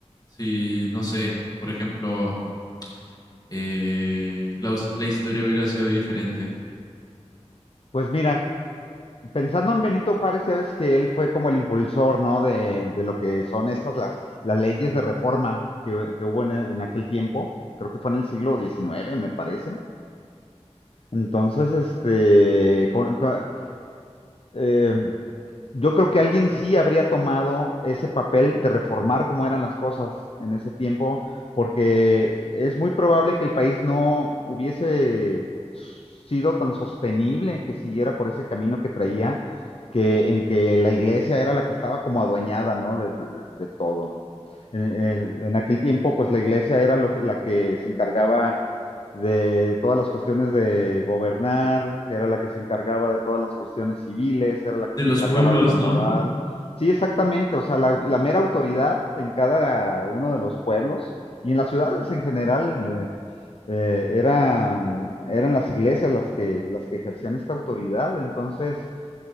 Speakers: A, on the left; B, on the left.
A: si, no sé, por ejemplo, eh, la, hus- la historia hubiera sido diferente?
B: Pues mira, Pensando en Benito Juárez, ya ves que él fue como el impulsor, ¿no? De, de lo que son estas, las, las leyes de reforma que, que hubo en, en aquel tiempo. Creo que fue en el siglo XIX, me parece. Entonces, este, con- con- eh, yo creo que alguien sí habría tomado ese papel de reformar cómo eran las cosas en ese tiempo, porque es muy probable que el país no hubiese sido tan sostenible que siguiera por ese camino que traía, que en que la iglesia era la que estaba como adueñada, ¿no? De, de todo, ¿no? En, en aquel tiempo, pues la iglesia era lo que- la que se encargaba de todas las cuestiones de gobernar, era la que se encargaba de todas las cuestiones civiles, era la que
A: De
B: se
A: los
B: encargaba
A: pueblos,
B: de la moral.
A: ¿no?
B: Sí, exactamente, o sea, la, la mera autoridad en cada uno de los pueblos y en las ciudades en general eh, eh, eran, eran las iglesias las que, las que ejercían esta autoridad, entonces